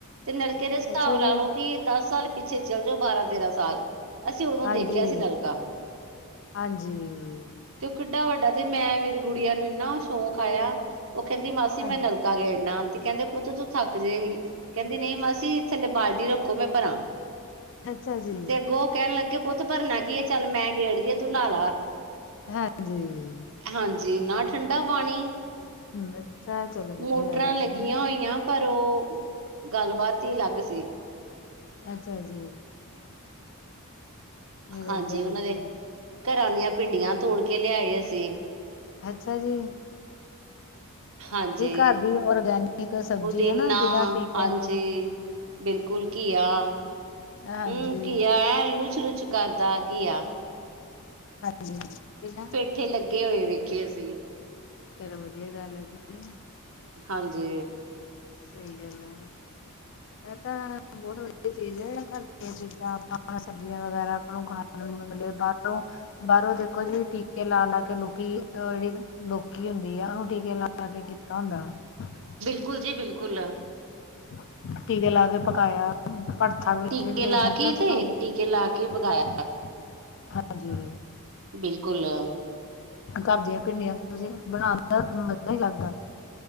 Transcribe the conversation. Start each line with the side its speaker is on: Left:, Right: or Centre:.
Right: ਤੇ ਨਲਕੇ ਦੇ ਹਿਸਾਬ
Left: ਅੱਛਾ ਜੀ
Right: ਲਾ ਲਓ ਕੀ, ਦਸ ਸਾਲ ਪਿੱਛੇ ਚਲੇ ਜਾਓ ਬਾਰਾਂ- ਤੇਰਾਂ ਸਾਲ। <inaudible>
Left: ਹਾਂਜੀ
Right: ਦੇਖਿਆ ਸੀ ਨਲਕਾ
Left: <inaudible> ਹਾਂਜੀ।
Right: ਤੇ ਉਹ ਕਿੱਡਾ ਵੱਡਾ ਤੇ ਮੈਂ ਮੇਰੀ ਗੁੜੀਆਂ ਨੂੰ ਇੰਨਾ ਸ਼ੌਕ ਆਇਆ, <inaudible> ਉਹ ਕਹਿੰਦੀ ਮਾਸੀ
Left: ਹਾਂਜੀ
Right: ਮੈਂ ਨਲ ਕਾ ਗੇੜਨਾ ਤੇ ਕਹਿੰਦੇ ਪੁੱਤ ਤੂੰ ਥੱਕ ਜੇਗੀ, ਕਹਿੰਦੀ ਨਹੀਂ ਮਾਸੀ ਥੱਲੇ ਬਾਲਟੀ ਰੱਖੋ ਮੈਂ ਭਰਾ <inaudible>
Left: ਅੱਛਾ ਜੀ
Right: ਤੇ ਅੱਗੋਂ ਕਹਿਣ ਲੱਗੇ ਪੁੱਤ ਭਰਨਾ ਕੀ ਹੈ ਚੱਲ ਮੈਂ ਗੇੜ੍ਹਦੀ ਆ, ਤੂੰ ਨਾਹ ਲਾ।
Left: <unintelligible> ਹਾਂਜੀ।
Right: ਹਾਂਜੀ, ਇੰਨ ਠੰਡਾ ਪਾਣੀ
Left: ਹੂੰ,
Right: <inaudible>
Left: ਅੱਛਾ ਚਲੋ ਵਧੀਆ
Right: ਮੋਟਰਾਂ
Left: ਗੱਲ ਆ
Right: ਲੱਗੀਆਂ
Left: ਜੀ,
Right: ਹੋਈਆਂ। ਪਰ ਉਹ <inaudible> ਗੱਲਬਾਤ ਹੀ ਅਲੱਗ ਸੀ।
Left: ਅੱਛਾ ਜੀ। ਨਹੀਂ ਵਧੀਆ-ਵਧੀਆ।
Right: ਹਾਂਜੀ ਉਹਨਾਂ ਦੇ <inaudible> ਘਰਾਂ ਦੀਆਂ ਭਿੰਡੀਆਂ ਤੋੜ ਕੇ ਲਿਆਏ ਅਸੀਂ।
Left: ਅੱਛਾ ਜੀ।
Right: ਹਾਂਜੀ
Left: ਘਰ ਦੀ ਔਰਗੈਨਿਕ
Right: <inaudible>
Left: ਸਬਜ਼ੀ
Right: ਪੁਦੀਨਾ
Left: ਹਨਾ ਬਿਨਾਂ ਟੀਕਿਆਂ
Right: ਹਾਂਜੀ।
Left: ਤੋਂ।
Right: <inaudible> ਬਿਲਕੁਲ ਘਿਆ <inaudible> ਹੂ
Left: ਹਾਂਜੀ,
Right: ਘਿਆ ਐ ਲੁਚ- ਲੁਚ ਕਰਦਾ ਕੀ ਆ।
Left: ਹਾਂਜੀ, ਹਾਂਜੀ <inaudible> ਪਹਿਲਾਂ
Right: ਉਥੇ ਲੱਗੇ ਹੋਏ ਵੇਖੇ ਅਸੀਂ।
Left: ਚਲੋ ਵਧੀਆ ਗੱਲ ਆ <unintelligible> ਜੀ।
Right: ਹਾਂਜੀ।
Left: <inaudible> ਸਹੀ ਗੱਲ ਆ।
Right: <inaudible>
Left: ਇਹ ਤਾ ਹੈ ਬਹੁਤ ਵਧੀਆ ਚੀਜ਼ ਹੈ, ਘਰ ਦੀ ਚੀਜਾਂ ਆਪਾਂ ਨੂੰ ਸਬਜ਼ੀਆਂ ਨੂੰ ਵਗੈਰਾ ਆਪਾਂ ਨੂੰ ਖਾਣ ਯਮੁਨਾ ਨਗਰ ਕਾ ਤੋਂ ਬਾਹਰੋਂ ਦੇਖੋ ਜੀ ਜਿਹੜੀ ਟੀਕੇ ਲਾ-ਲਾ ਕੇ ਲੋਕੀ <unintelligible> ਜਿਹੜੀ ਲੋਂਕੀ ਹੁੰਦੀ ਆ ਟੀਕੇ ਲਾ-ਲਾ ਕੇ ਕੀਤਾ ਹੁੰਦਾ <unintelligible>
Right: ਬਿਲਕੁਲ ਜੀ ਬਿਲਕੁਲ।
Left: <unintelligible> ਟੀਕੇ ਲਾ ਕੇ ਪਕਾਇਆ <unintelligible> ਭਰਥਾ ਵੀ
Right: ਟੀਕੇ
Left: ਜਿਹੜੇ- ਜਿਹੜੇ
Right: ਲਾ
Left: ਬੈਂਗਣ
Right: ਕੇ ਤੇ
Left: ਤੋ ਹੋਇਆ
Right: ਟੀਕੇ ਲਾ ਕੇ ਪਕਾਇਆ
Left: <inaudible> ਹਾਂਜੀ।
Right: ਬਿਲਕੁਲ।
Left: ਘਰ ਦੀਆਂ ਭਿੰਡੀਆਂ ਤੁਸੀਂ ਬਣਾਣ ਦਾ ਮਜ਼ਾ ਈ ਅਲੱਗ ਆ।